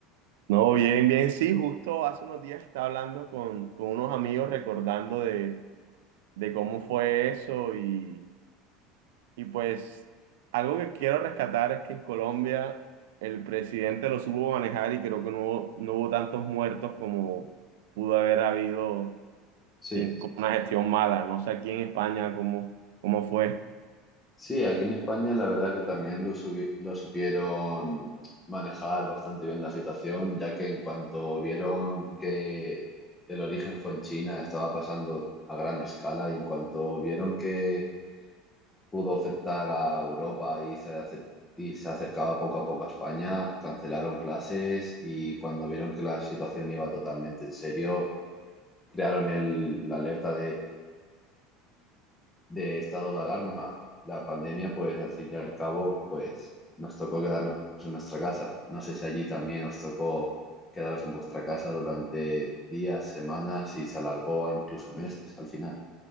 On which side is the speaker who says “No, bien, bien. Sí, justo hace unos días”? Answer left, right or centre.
Right